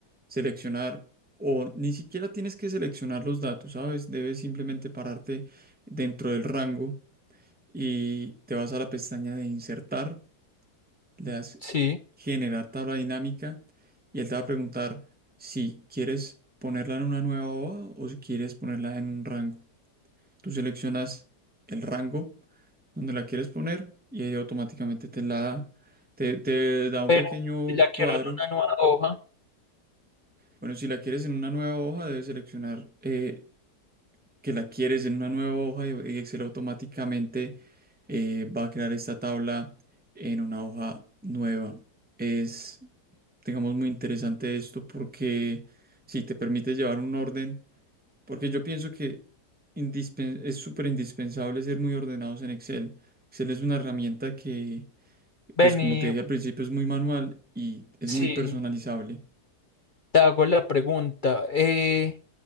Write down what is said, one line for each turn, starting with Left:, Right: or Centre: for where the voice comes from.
Centre: seleccionar, o ni siquiera tienes que seleccionar los datos, ¿sabes? Debes simplemente pararte dentro del rango y te vas a la pestaña de insertar, le das
Left: sí,
Centre: generar tabla dinámica y él te va a preguntar si quieres ponerla en una nueva hoja o si quieres ponerla en un rango. Tú seleccionas el rango donde la quieres poner y ahí automáticamente te la da. Te, te da un
Left: pero
Centre: pequeño
Left: si la quiero
Centre: cuadro.
Left: en una nueva hoja,
Centre: Bueno, si la quieres en una nueva hoja, debes seleccionar eh, que la quieres en una nueva hoja y y Excel automáticamente eh, va a crear esta tabla en una hoja nueva. Es, digamos, muy interesante esto porque si te permite llevar un orden porque yo pienso que indispen- es súper indispensable ser muy ordenados en Excel. Excel es una herramienta que, pues
Left: vení,
Centre: como te dije al principio, es muy manual y es
Left: sí,
Centre: muy personalizable.
Left: te hago la pregunta. eh,